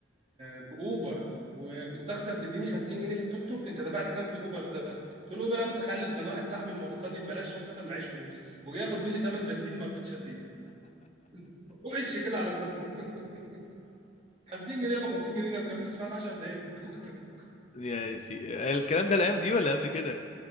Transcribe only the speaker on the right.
باوبر ومستخسر تديني 50 جنيه في التوك توك انت دفعت كام في الاوبر ده قلت له الاوبر ده متخلف ده انا واحد صاحبي موصلني ببلاش عشان خاطر معيش فلوس وجاي ياخد مني ثمن بنزين ما رضيتش اديله <laughs> وش كده على طول <laughs> 50 جنيه ابو 50 جنيه ده ما كملش معاك 10 دقايق في التوك توك